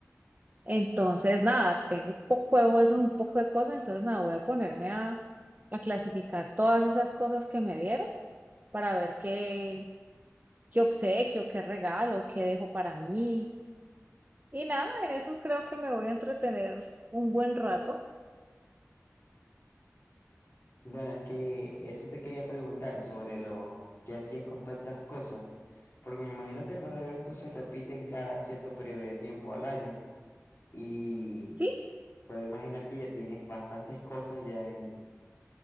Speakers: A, on the right (about 30°); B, on the left (about 55°).
A: Entonces, nada, tengo un poco de huesos, un poco de cosas, entonces nada, voy a ponerme a, a clasificar todas esas cosas que me dieron para ver qué, qué obsequio, qué regalo, qué dejo para mí. Y nada, en eso creo que me voy a entretener un buen rato.
B: Bueno, es que eso te quería preguntar sobre lo que hacías con tantas cosas, porque me imagino que estos eventos se repiten cada cierto periodo de tiempo al año. y
A: Sí,
B: Puedo imaginar que ya tienes bastantes cosas ya, en-